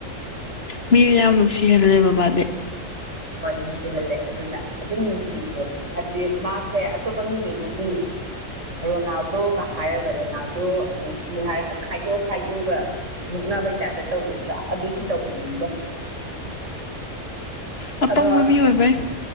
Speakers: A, on the left; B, on the right.
A: ꯃꯤꯅ ꯌꯥꯝ ꯅꯨꯡꯁꯤꯍꯜꯂꯦ ꯕꯕꯥꯗꯤ
B: ꯍꯣꯏ ꯅꯨꯡꯁꯤꯍꯜꯂꯦ ꯑꯗꯨꯅ ꯑꯗꯨꯝ ꯅꯨꯡꯁꯤꯕꯗꯣ ꯍꯥꯏꯕꯗꯤ ꯃꯥꯁꯦ ꯑꯇꯣꯞꯄ ꯃꯤꯗꯩꯅ ꯃꯤ ꯍ ꯋꯥ ꯅ ꯑꯗꯣ ꯀ ꯍꯥꯏ ꯔꯣꯅꯥꯜꯗꯣ ꯃꯦꯁꯤ ꯍꯥꯏꯔꯒ ꯈꯥꯏꯗꯣꯛ ꯈꯥꯏꯗꯣꯛꯑꯒ ꯃꯨꯛꯅꯕꯩ ꯇꯥꯔꯦ ꯇꯧꯒꯗ꯭ꯔꯥ ꯑꯗꯨ ꯁꯤ ꯇꯧꯍꯟꯅꯤꯡꯕꯣ
A: ꯑꯄꯪꯕ
B: ꯑꯗꯣ
A: ꯃꯤ ꯑꯣꯏꯕꯩ